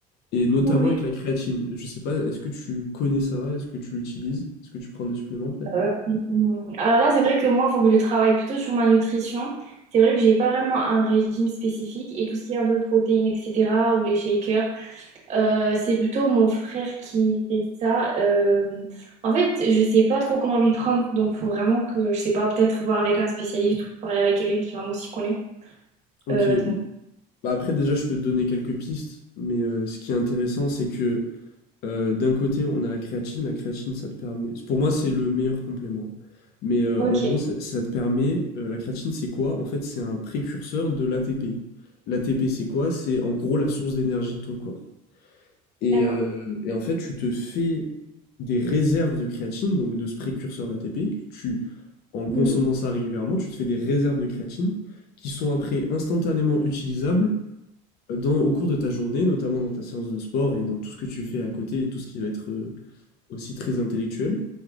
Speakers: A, on the left (about 60°); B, on the right (about 40°).
A: et notamment
B: oui.
A: avec la créatine. Je sais pas, est-ce que tu connais ça? Est-ce que tu l'utilises? Est-ce que tu prends des suppléments, peut-être?
B: euh, mm, alors là, c'est vrai que moi, il faut que je travaille plutôt sur ma nutrition. C'est vrai que j'ai pas vraiment un régime spécifique et tout ce qui est un peu protéines, etc., ou les shakers, euh, c'est plutôt mon frère qui fait ça. Euh, en fait, je sais pas trop comment m'y prendre, donc faut vraiment que, je sais pas, peut-être voir avec un spécialiste ou parler avec quelqu'un qui vraiment s'y connaît.
A: Ok,
B: Euh, donc,
A: Bah après, déjà, je peux te donner quelques pistes, mais euh, ce qui est intéressant, c'est que euh, d'un côté, on a la créatine. La créatine, ça te permet. Pour moi, c'est le meilleur complément. Mais euh,
B: ok,
A: en gros, ça, ça te permet. euh, la créatine, c'est quoi? En fait, c'est un précurseur de l'ATP. L'ATP, c'est quoi? C'est en gros la source d'énergie de ton corps. Et,
B: d'accord.
A: euh, et en fait, tu te fais des réserves de créatine, donc de ce précurseur d'ATP. Tu, en consommant
B: Mhm.
A: ça régulièrement, tu te fais des réserves de créatine qui sont après instantanément utilisables dans, au cours de ta journée, notamment dans ta séance de sport et dans tout ce que tu fais à côté, et tout ce qui va être euh, aussi très intellectuel.